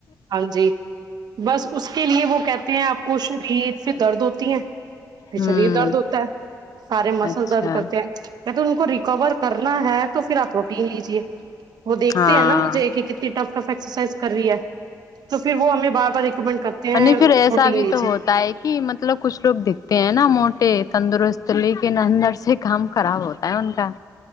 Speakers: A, on the right; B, on the left.
A: ہاں جی بس اس کے لیے وہ کہتے ہیں آپ کو شریید پھر درد ہوتی ہیں پھر
B: ہوں
A: شریر درد ہوتا ہے سارے مسل
B: اچھا
A: درد کرتے ہیں کہتے ان کو کور کرنا ہے تو پھر آپ روٹی لے لیجے وہ دیکھتے
B: ہاں
A: ہیں نا مجھے کہ کتنی ٹف ٹف ایکسرسائز کر رہی ہے تو پھر وہ ہمیں بار بار ریکمینڈ کرتے ہیں
B: نہیں پھر ایسا
A: پروٹین
B: بھی
A: لیجی
B: تو ہوتا ہے کہ مطلب کچھ لوگ دیکھتے ہیں نا موٹے تندرست لیکن اندر سے کام خراب ہوتا ان کا